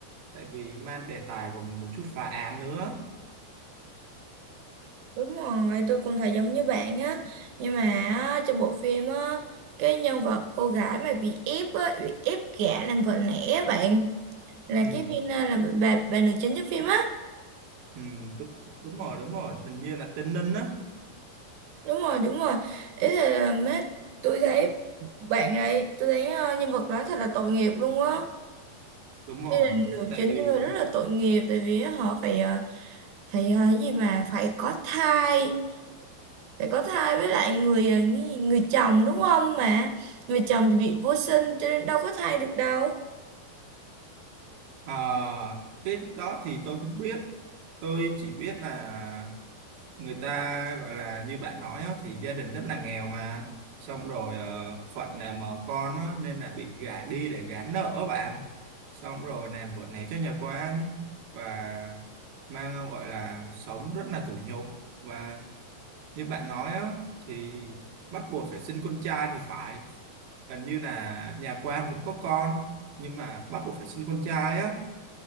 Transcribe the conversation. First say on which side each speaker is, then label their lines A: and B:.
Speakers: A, on the right; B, on the right.
A: tại vì mang đề tài còn một chút phá án nữa
B: Đúng rồi, tôi cũng thấy giống như bạn á. Nhưng mà á, trong bộ phim á, cái nhân vật cô gái mà bị ép á, bị ép gả làm vợ lẽ á bạn, là
A: ừ,
B: cái viên ờ, là bà, bà nữ chính trong phim á.
A: ừ đúng, đúng rồi đúng rồi hình như là tên Ninh á
B: đúng rồi đúng rồi ý là mấy tôi thấy bạn ấy tôi thấy ờ, nhân vật đó thật là tội nghiệp luôn á
A: đúng
B: tuy
A: rồi
B: là nữ
A: tại
B: chính
A: vì
B: nhưng mà rất là tội nghiệp tại vì họ phải ờ, phải ờ, gì mà phải có thai phải có thai với lại người ờ, người, người chồng đúng không mà người chồng thì bị vô sinh cho nên đâu có thai được đâu
A: Ờ, cái đó thì tôi cũng biết tôi chỉ biết là người ta gọi là như bạn nói á, thì gia đình rất là nghèo mà xong rồi ờ, phận làm mà con á, nên là bị gả đi để gán nợ á bạn xong rồi làm vợ né cho nhà quan và mang gọi là sống rất là tủi nhục và như bạn nói á, thì bắt buộc phải sinh con trai thì phải gần như là nhà quan vẫn có con nhưng mà bắt buộc phải sinh con trai á